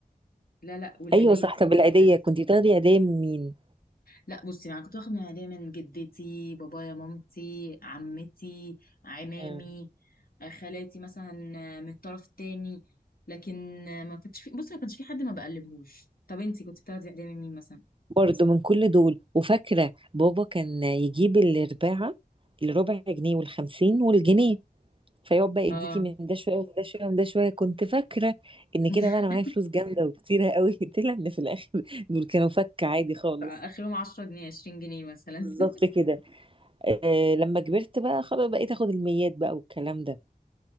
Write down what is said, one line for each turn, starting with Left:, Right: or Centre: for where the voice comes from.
Left: لا لا والعيديه
Right: ايوه صح
Left: دي
Right: طب
Left: فقره
Right: العيديه
Left: تانية
Right: كنت بتاخدي عيديه من مين
Left: لا بصي يعني كنت واخد من العيديه من جدتي بابايا مامتي عمتي عمامي
Right: مم.
Left: آه، خالاتي مثلا آه، من الطرف التاني لكن آه، ما كانش في بصي ما كانش في حد ما بقلبهوش طب انتي كنت بتاخدي اعدام من مين مثلا
Right: برضه من كل دول وفاكره بابا كان يجيب الارباعه الربع جنيه والخمسين والجنيه فيقعد بقى يديكي
Left: اه
Right: من ده شويه ومن ده شويه ومن ده شويه كنت فاكره ان
Left: <laughs>
Right: كده بقى انا معايا فلوس جامده وكتيره قوي <laughs> طلع ان في الاخر دول كانوا فك عادي خالص
Left: اخرهم 10 جنيه 20 جنيه مثلا
Right: بالظبط
Left: <laughs>
Right: كده آه لما كبرت بقى خلاص بقيت اخد الميات بقى والكلام ده